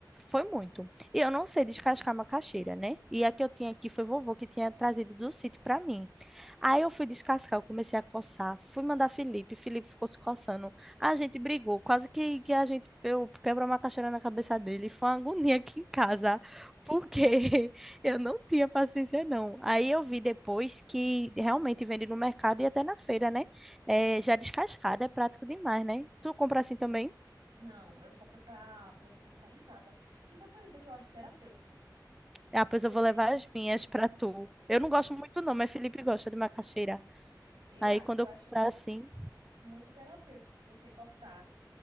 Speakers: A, in the centre; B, on the right.
A: foi muito. E eu não sei descascar macaxeira, né? E a que eu tinha aqui foi vovô que tinha trazido do sítio pra mim. Aí eu fui descascar, eu comecei a coçar. Fui mandar Felipe. Felipe ficou se coçando. A gente brigou, quase que, que a gente eu quebrou uma caixeira na cabeça dele. Foi uma agonia aqui em casa, porque <laughs> eu não tinha paciência, não. Aí eu vi depois que realmente vende no mercado e até na feira, né? É, já descascada, é prático demais, né? Tu compra assim também?
B: Não, eu compro pra, pra descascar em casa. E tu acredita que eu acho terapêutico?
A: Ah, pois
B: Você
A: eu vou levar as minhas pra tu. Eu não gosto muito, não, mas Felipe gosta de macaxeira.
B: eu
A: Aí
B: acho,
A: quando
B: eu
A: eu
B: acho
A: comprar assim.
B: Muito terapêutico você cortar.